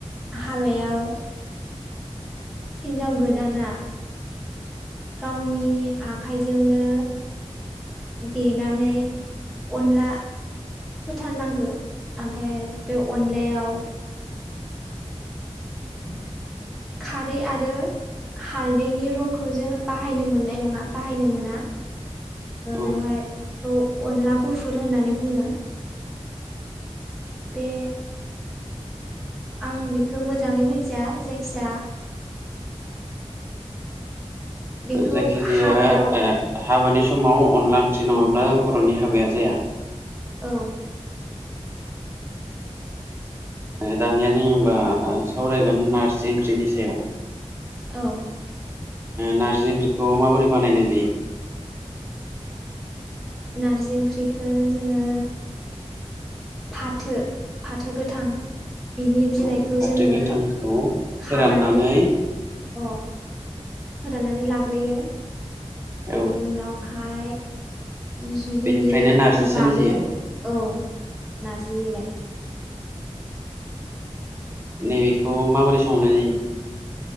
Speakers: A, in the centre; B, on the right (about 20°).
A: हाबायाव हिन्जाव गोदाना गावनि आखाइजोंनो देनानै अनला होथारनांगौ ओमफ्राय बे अनलायाव
B: <inaudible>
A: खारै आरो हालदैनि रंखौ जों बाहायनो मोननाय नङा बाहायनो मोना
B: औ
A: बेवहाय बेखौ अनला गुफुर होननानै बुङो। बेे आं बेखौ मोजाङै मिथिया जायखिजाया बेखौ
B: जायखिजाया
A: हाबायाव
B: हाबानि समाव अनला ओंख्रि नङाब्ला बर'नि हाबाया जाया।
A: औ
B: दानिया जोंबा सावरायगोन नारजि ओंख्रिनि सायाव
A: औ
B: नारजि ओंख्रिखौ माबोरै बानायनाय जायो?
A: नारजि ओंख्रिखौ जोङो फाथो फाथो गोथां बिनि बिलाइखौ
B: औ फाथो
A: जोङो
B: गोथांखौ
A: खानानै
B: फोराननानै
A: अ फोराननानै लाग्रोयो। बेनि
B: औ
A: उनावहाय जुदि
B: बेनिफ्रायनो
A: बियो
B: नारजि सोमजियो
A: रानो औ नारजि बिलाइ
B: नैबेखौ माबोरै सोंहरनाय जायो